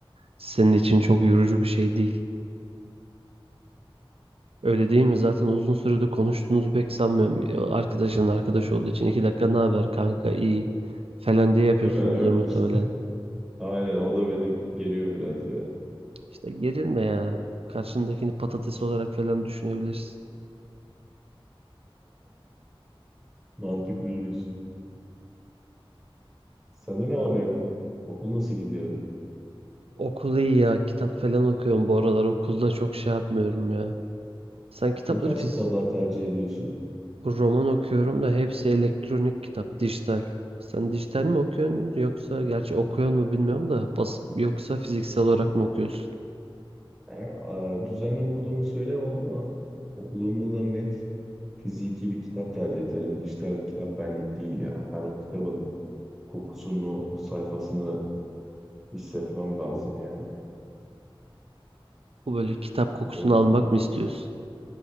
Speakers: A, on the right; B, in the centre.
A: Senin için çok yorucu bir şey değil. Öyle değil mi? Zaten uzun süredir konuştuğunuzu pek sanmıyorum. E, O Arkadaşın arkadaş olduğu için iki dakika ne haber kanka iyi falan diye yapıyorsunuzdur
B: Değil mi? Ö-
A: muhtemelen.
B: <laughs> Aynen o da beni geriyor biraz ya.
A: İşte gerilme ya. Karşındakini patates olarak falan düşünebilirsin.
B: Mantıklıymış. Sende ne var ne? Okul nasıl gidiyor?
A: Okul iyi ya. Kitap falan okuyorum bu aralar. Okulda çok şey yapmıyorum ya. Sen kitapları
B: Ne tarz
A: fiz
B: kitaplar tercih ediyorsun?
A: roman okuyorum da hepsi elektronik kitap, dijital. Sen dijital mi okuyorsun yoksa gerçi okuyor mu bilmiyorum da bas yoksa fiziksel olarak mı okuyorsun?
B: Yani, a, düzenli okuduğumu söylemem ama okuduğumda da net fiziki bir kitap tercih ederim. Dijital bir kitap benlik değil ya. Ben o kitabın kokusunu, o sayfasını hissetmem lazım yani.
A: Bu böyle kitap kokusunu
B: O yüzden
A: almak mı istiyorsun?